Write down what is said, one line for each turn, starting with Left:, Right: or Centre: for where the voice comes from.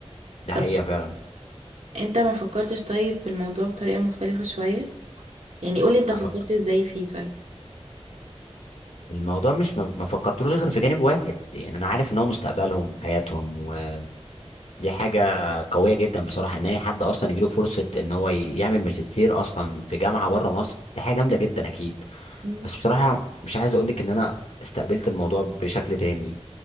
Left: ده
Right: طب
Left: حقيقة فعلا
Right: انت ما فكرتش طيب في الموضوع بطريقة مختلفة شوية يعني قولي انت فكرت
Left: أفك...
Right: ازاي فيه طيب
Left: الموضوع مش ما ما فكرتلوش غير في جانب واحد يعني أنا عارف إن هو مستقبلهم وحياتهم ودي حاجة قوية جدا بصراحة إن أي حد أصلا يجيله فرصة إن هو ي- يعمل ماجستير أصلا في جامعة بره مصر دي حاجة جامدة جدا أكيد
Right: مم.
Left: بس بصراحة مش عايز أقولك إن أنا استقبلت الموضوع بشكل تاني